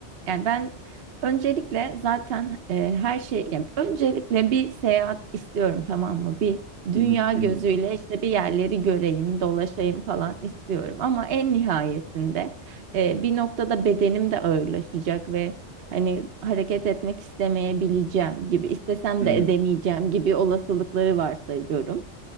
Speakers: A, on the right; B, on the right.
A: Yani ben öncelikle zaten e, her şey, yani öncelikle bir seyahat istiyorum tamam mı? Bir dünya
B: Hı hı.
A: gözüyle
B: Hı hı.
A: işte bir yerleri göreyim, dolaşayım falan istiyorum. Ama en nihayetinde e, bir noktada bedenim de ağırlaşacak ve hani hareket etmek istemeyebileceğim gibi, istesem
B: Hı
A: de
B: hı.
A: edemeyeceğim gibi olasılıkları varsayıyorum.